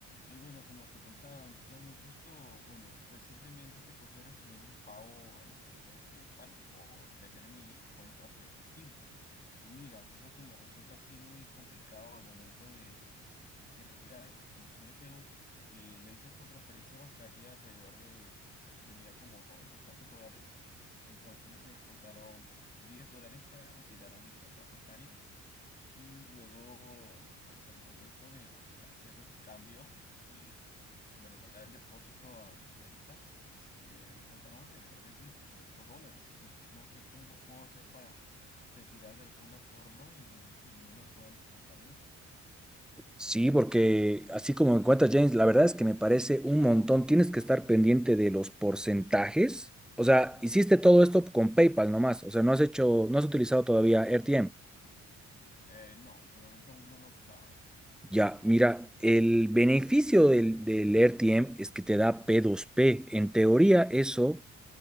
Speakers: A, on the left; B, in the centre.
A: Y bueno, como te contaba Antonio, justo, bueno, recientemente pues he recibido un pago a mi cuenta de PayPal por vender mis cuentas de Steam. Y mira, justo que me resulta así muy complicado al momento de, de retirar, pues como soy de Perú, eh, lo hice por transferencia bancaria alrededor de, tenía como noventa y tantos dólares. Entonces me descontaron 10 dólares para retirar a mi cuenta bancaria y luego, pues al momento de hacer el cambio y, bueno, mandar el depósito a mi cuenta, pues me descontaron alrededor de 25 dólares. Entonces no sé cómo puedo hacer para retirar de alguna forma y, y no me puedan descontar mucho.
B: Sí, porque así como me cuenta James, la verdad es que me parece un montón. Tienes que estar pendiente de los porcentajes. O sea, hiciste todo esto con PayPal nomás. O sea, no has hecho, no has utilizado todavía RTM.
A: Eh, no, por el momento aún no lo he usado.
B: Ya, mira, el beneficio del, del RTM es que te da p dos p En teoría, eso